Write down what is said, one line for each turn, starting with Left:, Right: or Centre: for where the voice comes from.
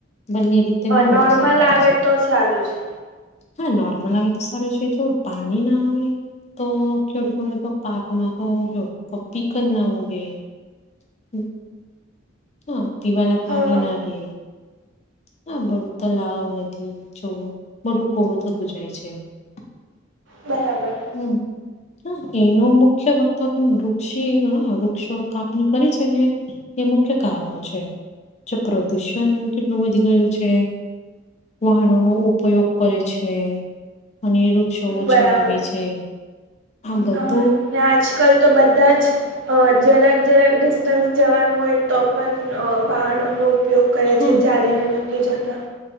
Left: બંને રીતે બહુ
Right: નોર્મલ
Left: નુકસાન થાય
Right: આવે
Left: છે.
Right: તો સારું જ.
Left: હા નોર્મલ આવે તો સારું છે જો પાણી ના આવે તો ખેડૂતોને તો પાક માં તો જો પીક જ નાવ <inaudible> હા પીવાના પાની
Right: હા
Left: ના રે હા બધું તલાવ, નદી, જોવું બધું કોરૂ થતું જાય છે. <inaudible>
Right: બરાબર
Left: હમ એનો મુખ્ય વક્તો વૃક્ષી ો કાપણી કરી છે ને એ મુખ્ય કારણો છે. જો પ્રદુષણ કેટલું વધી ગયું છે. વાહનો નો ઉપયોગ કરે છે અને વૃક્ષો ઓછા
Right: બરાબર
Left: વાાવે છે આ બધા
Right: હા ને આજકાલ તો બધા જ. અ જરાક જરાક ડિસ્ટન્સ જવાનું હોય તો પણ વાહનોનો ઉપયોગ કરે
Left: હા
Right: છે ચાલીને નથી જતા.